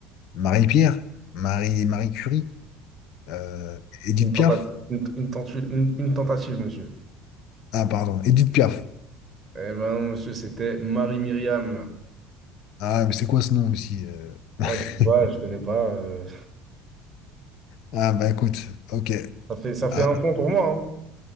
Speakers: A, on the left; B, on the right.
A: Marie-Pierre. Marie, Marie Curie. Euh, Edith
B: Une tentative,
A: Piaf?
B: une, une tentu- une- une tentative, monsieur.
A: Ah, pardon, Edith Piaf.
B: Eh ben non, monsieur, c'était Marie-Myriam.
A: Ah, mais c'est quoi ce nom aussi? euh
B: Moi,
A: <laughs>
B: je sais pas, je connais pas. euh,
A: Ah, bah écoute, ok.
B: Ça fait, ça fait
A: Ah,
B: un point pour moi. hein.